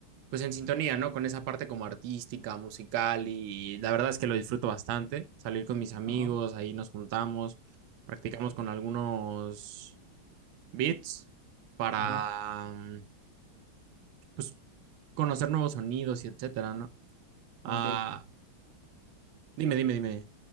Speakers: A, on the right; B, on the right.
A: pues en sintonía, ¿no? Con esa parte como artística, musical y la verdad es que lo disfruto bastante, salir con mis amigos,
B: ajá,
A: ahí nos juntamos, practicamos con algunos beats para
B: ajá,
A: mm, pues conocer nuevos sonidos y etcétera, ¿no? Ah,
B: ok,
A: dime, dime, dime.